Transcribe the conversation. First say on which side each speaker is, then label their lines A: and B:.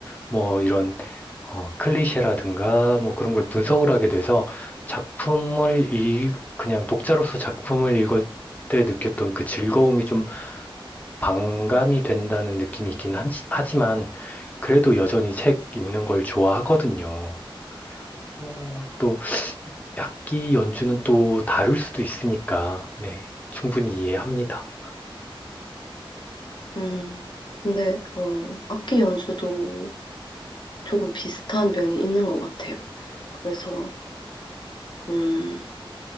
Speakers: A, on the left; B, on the left.
A: 뭐 이런 어, 클리셰라든가 뭐 그런 걸 분석을 하게 돼서 작품을 읽, 그냥 독자로서 작품을 읽을 때 느꼈던 그 즐거움이 좀 반감이 된다는 느낌이 있긴 한- 하지만 그래도 여전히 책 읽는 걸 좋아하거든요. 어, 또 악기 연주는 또 다를 수도 있으니까 네, 충분히 이해합니다.
B: 음, 근데, 어, 악기 연주도 조금 비슷한 면이 있는 것 같아요. 그래서, 음,